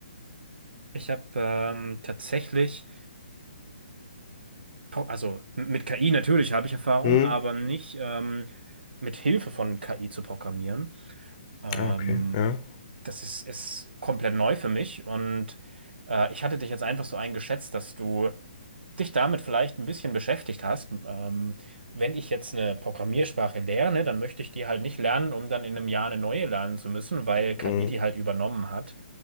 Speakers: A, on the right (about 80°); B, on the left (about 40°).
A: Ich habe ähm, tatsächlich, po- also m- mit KI natürlich habe ich Erfahrung,
B: Hm?
A: aber nicht ähm, mit Hilfe von KI zu programmieren. Ähm,
B: Ah, okay, ja.
A: das ist, ist komplett neu für mich und äh, ich hatte dich jetzt einfach so eingeschätzt, dass du dich damit vielleicht ein bisschen beschäftigt hast, ähm, wenn ich jetzt eine Programmiersprache lerne, dann möchte ich die halt nicht lernen, um dann in einem Jahr eine neue lernen zu müssen, weil KI
B: Hm,
A: die halt übernommen hat.